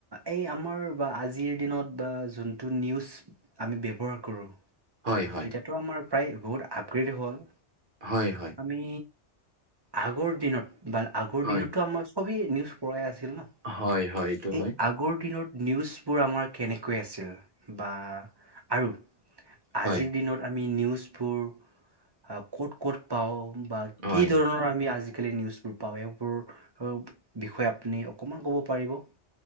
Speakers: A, on the right; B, on the right.
A: এই আমাৰ বা আজিৰ দিনত বা যোনটো নিউজ আমি ব্যৱহাৰ কৰোঁ।
B: হয়, হয়।
A: ত' আমাৰ প্ৰায় বহুত আপগ্ৰেড হ'ল।
B: হয়, হয়।
A: আমি আগৰ দিনত বা আগৰ
B: হয়,
A: দিনতো আমাৰ চবেই নিউজ পঢ়া ই আছিল ন।
B: হয়, হয় এইটো
A: এই
B: হয়।
A: আগৰ দিনত নিউজবোৰ আমাৰ কেনেকৈ আছিল বা আৰু আজিৰ
B: হয়,
A: দিনত আমি নিউজবোৰ ক'ত, ক'ত পাওঁ। বা
B: হয়,
A: কি ধৰণৰ আমি আজিকালি নিউজবোৰ পাওঁ, এইবোৰ ও‌ বিষয়ে আপুনি অকণমান ক'ব পাৰিব!